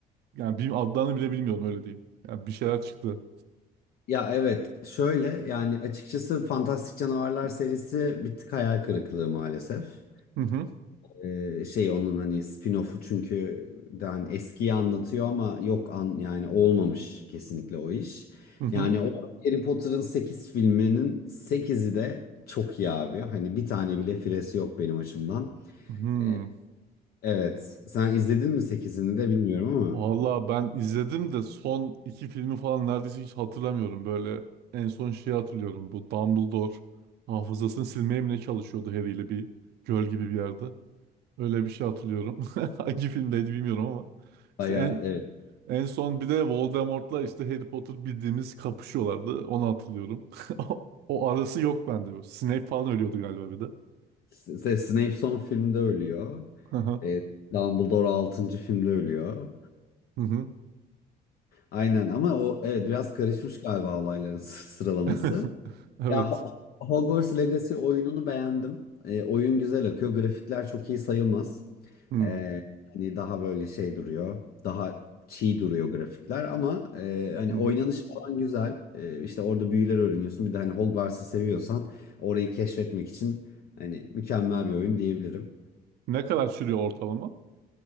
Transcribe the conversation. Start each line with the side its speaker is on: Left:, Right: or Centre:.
Right: Yani bir adlarını bile bilmiyorum öyle diyeyim. Yani bir şeyler çıktı.
Left: Ya evet şöyle yani açıkçası Fantastik Canavarlar serisi bir tık hayal kırıklığı maalesef.
Right: Hı hı.
Left: Ee, şey onun hani spin-off'u çünkü de hani eskiyi anlatıyor ama yok an yani olmamış kesinlikle o iş.
Right: Hı hı.
Left: Yani o Harry Potter'ın 8 filminin sekizi de çok iyi abi. Hani bir tane bile firesi yok benim açımdan.
Right: Hı.
Left: Ee, evet sen izledin mi sekizini de bilmiyorum ama
Right: Valla ben izledim de son iki filmi falan neredeyse hiç hatırlamıyorum. Böyle en son şeyi hatırlıyorum. Bu Dumbledore hafızasını silmeye mi ne çalışıyordu Harry ile bir göl gibi bir yerde. Öyle bir şey hatırlıyorum. <laughs> Hangi filmdeydi bilmiyorum ama.
Left: baya
Right: İşte en,
Left: evet.
Right: En son bir de Voldemort'la işte Harry Potter bildiğimiz kapışıyorlardı. Onu hatırlıyorum. <laughs> O, o arası yok bende. bu. Snape falan ölüyordu galiba bir de.
Left: S- Snape son filmde ölüyor.
Right: Hı hı.
Left: E, Dumbledore altıncı filmde ölüyor.
Right: Hı hı.
Left: Aynen ama o evet biraz karışmış galiba olayların <laughs> s- sıralaması.
Right: <laughs> Evet.
Left: Ya Ho- Hogwarts Legacy oyununu beğendim. E, oyun güzel akıyor. Grafikler çok iyi sayılmaz.
Right: Hı
Left: E, hani daha böyle şey duruyor. Daha çiğ duruyor grafikler ama e, hani
Right: hı. hı.
Left: oynanış falan güzel. E, işte orada büyüler öğreniyorsun. Bir de hani Hogwarts'ı seviyorsan orayı keşfetmek için hani mükemmel bir oyun diyebilirim.
Right: Ne kadar sürüyor ortalama?